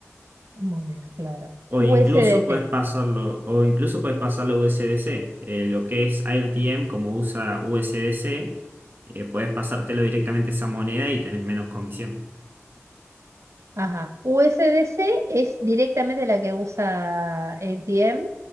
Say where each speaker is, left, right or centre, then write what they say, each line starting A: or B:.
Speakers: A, on the right (about 75°); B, on the right (about 45°).
A: Moneda, claro.
B: O
A: USDT.
B: incluso puedes pasarlo, o incluso puedes pasarlo a U S D C Eh, lo que es AirTM, como usa USDC, eh, puedes pasártelo directamente a esa moneda y tenés menos comisión.
A: Ajá. USDC es directamente la que usa ATM